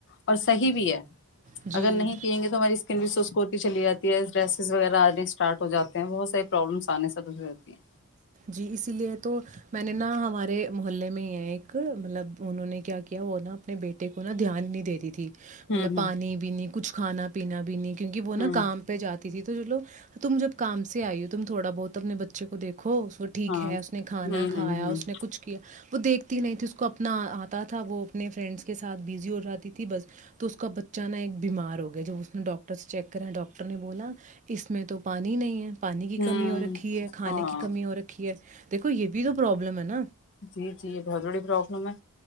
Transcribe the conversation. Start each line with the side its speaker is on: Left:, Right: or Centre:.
Left: اور صحی بھی ہے
Right: جی
Left: اگر نہیں پئیں گے تو ہماری اسکن بھی سوسک ہوتی چلی جاتی ہے ڈریسز وغیرہ آنے اسٹارٹ ہو جاتے بہت ساری پرابلمس آنے سےے ہوتی ہیں
Right: جی اسی لیے تو میں میںنے نا ہمارے محلے میں ہی ہیں ایک مطلب انہوں نے کیا کیا وہ نا اپنے بیٹے کو نا دھیان نہیں دیتی تھی
Left: ہوں
Right: مطلب پانی
Left: ہوں
Right: بھی نہیں کچھ کھانا پینا بھی بنی کیونکہ وہ
Left: ہوں
Right: نا کام پہ جاتی تھی تو چلو تم جب کام سے آئی ہو تم تھوڑا بہت اپنے بچے کو دیکھ کھو وہ ٹھیک
Left: ہاں
Right: ہے
Left: ہوں
Right: اس نے کھانا کھایا
Left: ہوں
Right: اس
Left: ہوں
Right: نے کچھ کیا وہ دیکھ ی نہیں تھی اس کو اپنا آتا تھا وہ اپنے فرینڈس کے ساتھ بزی ہو جاتی تھی بس تو اس کا بچہ نا ایک بیمار ہو گیا جب اس نے ڈاکٹر سے چیک کرایا ڈاکٹر نے بولا اس میں تو پانی نہیں ہے پانی کی
Left: ہوں
Right: کمی ہو رکھی ہے کھانے
Left: ہاں
Right: کی کمی دیکھو یہ بھی تو پروبلم ہے ن
Left: جی جی یہ بہت بڑی پروابلم ہے